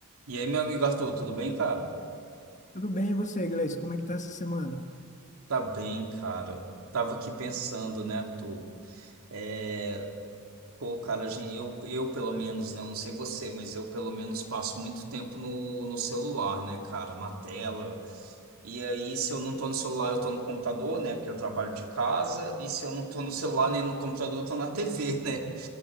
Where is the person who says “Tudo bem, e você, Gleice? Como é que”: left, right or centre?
Left